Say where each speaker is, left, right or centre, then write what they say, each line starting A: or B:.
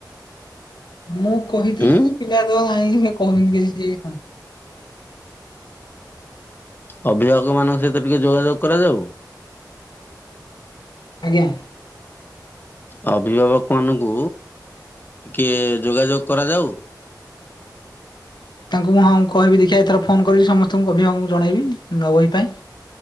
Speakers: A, on the left (about 80°); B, on the left (about 25°).
A: ମୁଁ କହିଥିଲି
B: ଉଁ
A: ପିଲା ତ ନାହିଁ କହିବି <unintelligible> କି ସେଣ
B: ଅଭିଭାବକମାନଙ୍କୁ ସହିତ ଟିକେ ଯୋଗାଯୋଗ କରାଯାଉ।
A: ଆଜ୍ଞା।
B: ଅଭିଭାବକମାନଙ୍କୁ ଟିକଏ ଯୋଗାଯୋଗ କରାଯାଉ।
A: ତାଙ୍କୁ ମୁଁ ହଁ କହିବି ଦେଖିଆ ଏଥର ଫୋନ୍ କରିବି ସମସ୍ତଙ୍କୁ ଅଭିଭାବକଙ୍କୁ ଜଣାଇବି ନୂଆ ବହି ପାଇଁ।